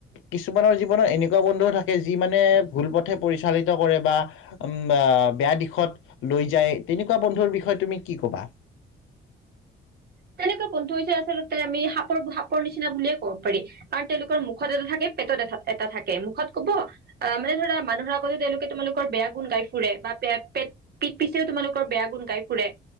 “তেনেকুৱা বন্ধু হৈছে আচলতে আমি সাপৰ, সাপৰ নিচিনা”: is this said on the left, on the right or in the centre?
Right